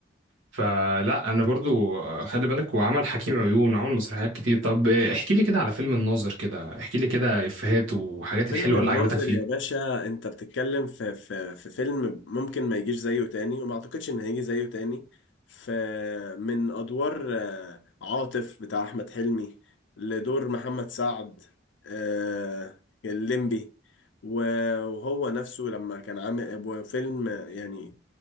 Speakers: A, on the right; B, on the left.
A: فلا انا برضو آه، خلي بالك وعمل حكيم عيون وعمل مسرحيات كتير طب احكي لي كده على فيلم الناظر كده احكي لي كده افيهات وحاجات الحلوه
B: فيلم الناظر
A: اللي عجبتك فيه
B: يا باشا انت بتتكلم في في في فيلم ممكن ما يجيش زيه تاني وما اعتقدش ان هيجي زيه تاني في من ادوار آه، عاطف بتاع احمد حلمي لدور محمد سعد آه، الليمبي و- وهو نفسه لما كان عامل وفيلم يعني